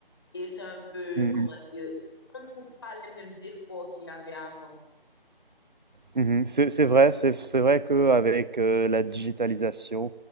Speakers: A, on the left (about 25°); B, on the right (about 50°).
A: Et c'est un peu,
B: Mm
A: comment
B: -hmm.
A: dire, on ne trouve pas les mêmes efforts qu'il y avait avant.
B: Mhm. C'est c'est vrai, c'est c'est vrai qu'avec, heu, la digitalisation,